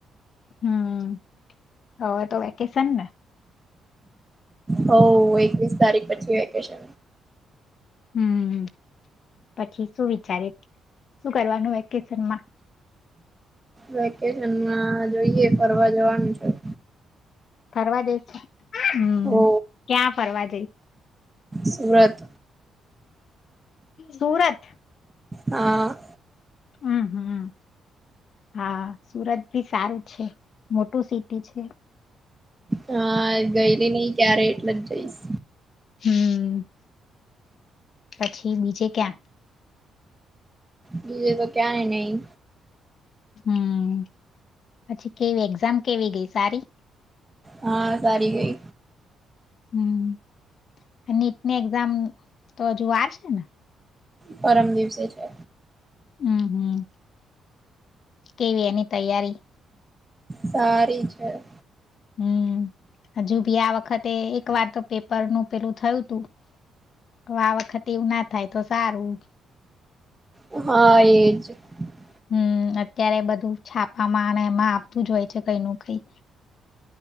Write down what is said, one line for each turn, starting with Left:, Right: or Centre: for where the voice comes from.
Left: હમ હવે તો વેકેશન ને.
Right: હ એકવીસ તારીખ પછી. કે છે.
Left: હમ. પછી શું વિ. શું કરવાનું વેકેશનમાં.
Right: વેકેશનમાં જોઈએ ફરવા જવાનું છે.
Left: પવા દે છે. હમ
Right: હો
Left: ક્યાં ફરવા જઈ.
Right: સુરત.
Left: સુરત.
Right: હા.
Left: હમ હમ હા સુરત ભી સારું છે મોટું સિટી છે.
Right: હ. હા ગયેલી નહી ક્યારે એટલે જ જઈશ
Left: હમ. પછી બીજે ક્યાં.
Right: બીજે તો ક્યાં નહી.
Left: હમ પછી કેવી એક્ઝામ કેવી ગઈ સારી.
Right: હા સારી ગઈ.
Left: હમ નીટની એક્ઝામ તો હજુ વાર છે ને.
Right: પરમ દિવસે છે.
Left: હમ હમ. કેવી એની તૈયારી.
Right: સારી છે..
Left: હમ હજુ ભી આ વખતે એક વાર તો પેપર નું પેલું થયું તું તો આ વખતે એવું ના થાય તો સારું
Right: હ એ જ.
Left: હમ અત્યારે બધું છાપામાં અને એમાં આવતું જ હોય છે કઈ ન કઈ.